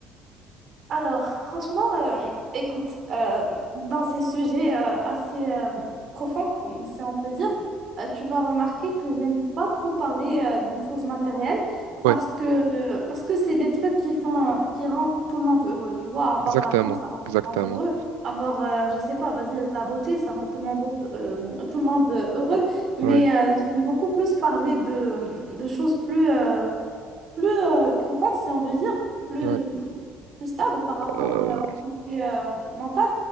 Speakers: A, on the right; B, on the right.
A: Alors, franchement, euh, écoute, euh, dans ces sujets euh, assez euh, profonds, si on peut dire, euh, tu vas remarquer que je n'aime pas trop parler euh, des choses matérielles
B: Oui,
A: parce que euh, parce que c'est des trucs qui font qui rendent tout le monde heureux. Tu vois, avoir
B: exactement,
A: l'argent, ça rend tout
B: exactement.
A: le monde heureux. Avoir, euh, je sais pas, vas-y, la beauté, ça rend tout le monde euh, tout le monde heureux. Mais
B: Oui,
A: euh, j'aime beaucoup plus parler de, de choses plus euh, plus euh, profonde, si on veut dire, plus,
B: oui.
A: plus stable par rapport
B: Euh,
A: euh, au côté euh, mental,